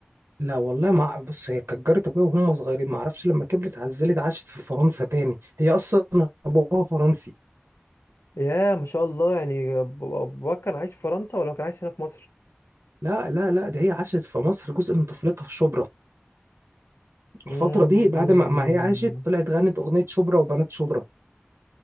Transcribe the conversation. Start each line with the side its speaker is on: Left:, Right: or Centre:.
Right: لا والله ما بص هي كانت جارة ابويا وهم صغيرين ما اعرفش لما كبرت عزلت عاشت في فرنسا تاني هي اصلا ابوها فرنسي
Left: يا ما شاء الله يعني ب- باباك كان عايش في فرنسا ولا كان عايش هنا في مصر
Right: لا لا لا ده هي عاشت في مصر جزء من طفولتها في شبرا
Left: مم،
Right: الفترة دي بعد ما, ما هي عاشت طلعت غنت اغنية شبرا وبنات شبرا